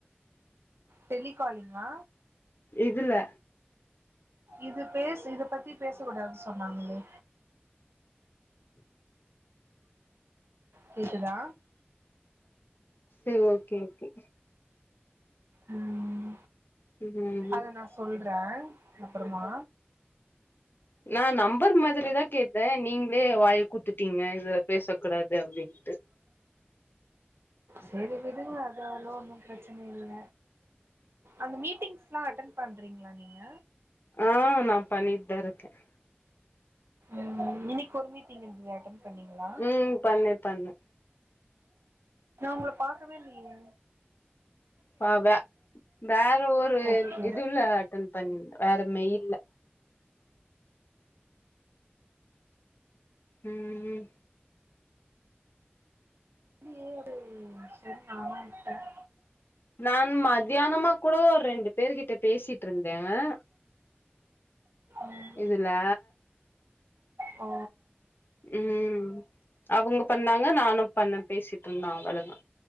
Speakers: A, on the right; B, on the left.
A: டெலிகாலிங்கா
B: இதுல
A: இது பேஸ்சு இத பத்தி பேசக் கூடாதுனு சொன்னாங்ளே கேக்குதா
B: சேரி ஓகே ஓகே
A: ம்
B: ம்
A: அத நா சொல்றன் அப்பறமா
B: நா நம்பர் மாதிரிதா கேப்பேன் நீங் ளே வாய குத்துட்டீங்க இதுல பேசக் கூடாது அப்டின்டு
A: சரி விடுங்க அது அவளவு ஒன்னும் பிரச்சன இல்ல அந்த மீட்டிங்ஸ்லாம் அட்டன் பண்றீங்களா நீங்க
B: ஆ நா பண்ணிட் தா இருக்கேன்
A: ம் இன்னக்கி ஒரு மீட்டிங் இருந்ததே அட்டன் பண்ணீங்ளா
B: ம் பண்ணே பண்ணே
A: நா உங்கள பாக்கவே இல்லியே
B: பாவ வேற ஒரு
A: ஓகே
B: இதுல அட்டன் பண்ணிருந்தா வேற மெயில்ல ம் ம் ம்
A: <unintelligible> சரி நானும் விட்டேன்
B: நான் மத்தியானமா கூட ஒரு ரெண்டு பேர் கிட்ட பேசிட்டிருந்தேன்
A: ம்
B: இதுல
A: ஓ
B: ம் அவங்க பண்ணாங்க நானும் பண்ண பேசிட்டிருந்தோ அவள தா